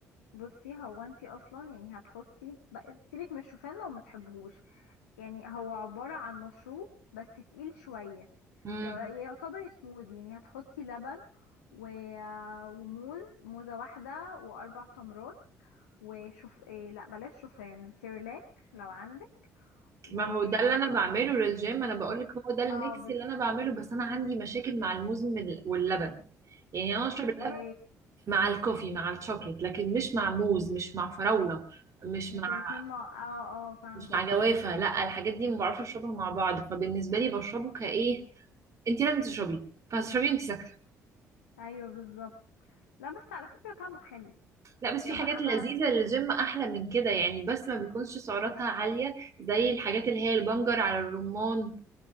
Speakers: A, on the left; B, on the right.
A: بصي هو انتي اصلا يعني هتحطي بقى سيبك من الشوفان لو متحبهوش يعني هو عبارة عن مشروب بس تقيل شوية
B: امم
A: يع- يعتبر سموذي يعني هتحطي لبن و... وموز موزة واحدة واربع تمرات وشوف إيه لا بلاش شوفان سيرلاك لو عندك و
B: ما
A: اه
B: هو ده اللي انا بعمله للجيم انا بقولك هو ده الميكس
A: آه، بز...
B: اللي انا بعمله بس انا عندي مشاكل مع الموز من ال- واللبن يعني انا اشرب
A: اوكي
B: اللبن مع الكوفي مع الشوكليت لكن مش مع موز مش مع فراولة مش
A: مش
B: مع
A: الاتنين مع اه اه فاهمة
B: مش مع جوافة لا الحاجات دي ما بعرفش اشربها مع بعض فبالنسبة لي بشربه كايه انت لازم تشربيه فهتشربيه وانت ساكتة
A: ايوه بالظبط لا بس على فكرة طعمه حلو
B: لا بس في
A: يبقى
B: حاجات
A: انا
B: لذيذة للجيم احلى من كده يعني بس ما بيكونش سعراتها عالية زي الحاجات اللي هي البنجر على الرمان